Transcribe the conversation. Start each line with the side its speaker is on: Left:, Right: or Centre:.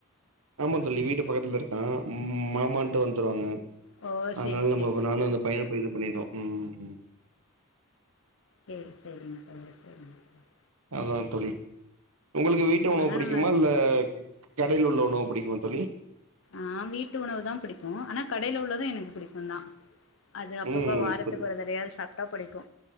Right: ஆமா தோழி வீட்டு பக்கத்துலதா இருக்கா ம் மாமா மட்டு வந்துருவாங்க
Left: ஓ
Right: அதுனால
Left: செரி செரி
Right: நம்ம நானு அந்த பையனு போய் இது பண்ணிருவோ ம்ம்
Left: செரி செரிங்க தோழர் செரிங்க தோழர்
Right: அதா தோழி உங்குளுக்கு வீட்டு உணவு
Left: ஆனா
Right: பிடிக்குமா
Left: நம்ம
Right: இல்ல கடைல உள்ள உணவு பிடிக்குமா தோழி
Left: ஆ வீட்டு உணவுதா பிடிக்கு ஆனா கடைல உள்ளதோ எனக்கு பிடிக்கோந்தா அது அப்பப்ப
Right: ம்
Left: வாரத்துக்கு
Right: புரி
Left: ஒருதடவயாது சாப்ட்டா பிடிக்கோ